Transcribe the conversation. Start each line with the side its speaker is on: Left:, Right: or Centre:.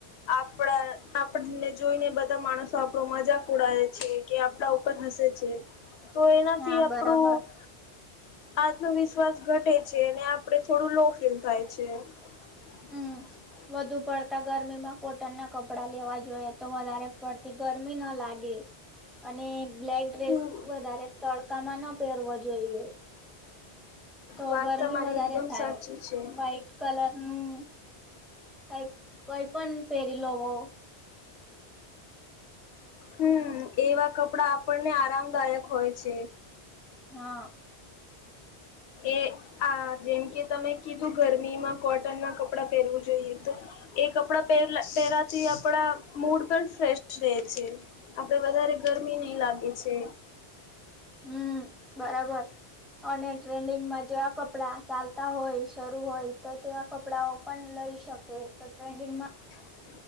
Left: આપણા આપણને જોઈને બધા માણસો આપણો મજાક ઉડાવે છે, કે આપડા ઉપર હસે છે. તો એનાથી
Centre: હા
Left: આપણું
Centre: બરાબર
Left: આત્મવિશ્વાસ ઘટે છે. અને આપ પણે થોડું લો ફીલ થાય છે. <inaudible>
Centre: હમ વધુ પડતા ગરમીમાં કોટન ના કપડા લેવા જોઈએ તો વધારે પડતી ગરમી ન લાગે. અને બ્લેક ડ્રેસ
Left: હમ
Centre: વધારે તડકામાં ન પહેરવો જોઈએ. તો
Left: વાત
Centre: ગરમી
Left: તમારી
Centre: વધારે
Left: એકદમ
Centre: થાય.
Left: સાચી છે.
Centre: વાઈટ કલર નું કંઈ-કંઈ પન પહેરી લોવો.
Left: હમ્મ. એવા કપડા આપણને આરામદાયક હોય છે.
Centre: હા.
Left: એ આ જેમ કે તમે કીધું ગરમીમાં કોટન ના કપડા પહેરવું જોઈએ તો એ કપડા પહેરલા પહેરવાંથી આપડા મૂડ પણ ફ્રેશ રહે છે. આપડે વધારે ગરમી નહીં લાગે છે.
Centre: હમ્મ, બરાબર. અને ટ્રેન્ડિંગમાં જેવા કપ પડા ચાલતા હોય, શરૂ હોય તો તેવા કપડાઓ પણ લઈ શકે. તો ટ્રેન્ડિંગમાં
Left: <inaudible>